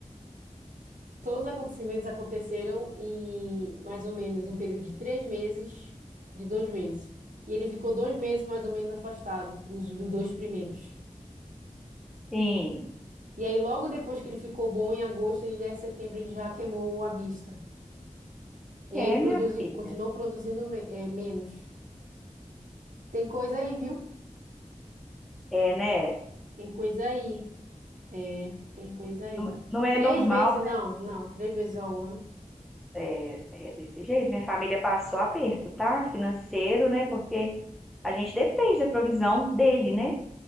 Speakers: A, on the right; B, in the centre.
A: Todos os acontecimentos aconteceram em mais ou menos um período de três meses, de dois meses. E ele ficou dois meses mais ou menos afastado dos, dos dois primeiros.
B: Sim.
A: E aí, logo depois que ele ficou bom, em agosto e em setembro, ele já queimou a vista. E
B: É,
A: aí, produzi,
B: minha filha.
A: continuou produzindo me- eh, menos. Tem coisa aí, viu?
B: É, né?
A: Tem coisa aí. É, tem coisa aí.
B: Não, não é
A: Três
B: normal
A: vezes, não, não, três vezes ao ano.
B: É, é desse jeito, minha família passou aperto, tá? Financeiro, né? Porque a gente depende da provisão dele, né?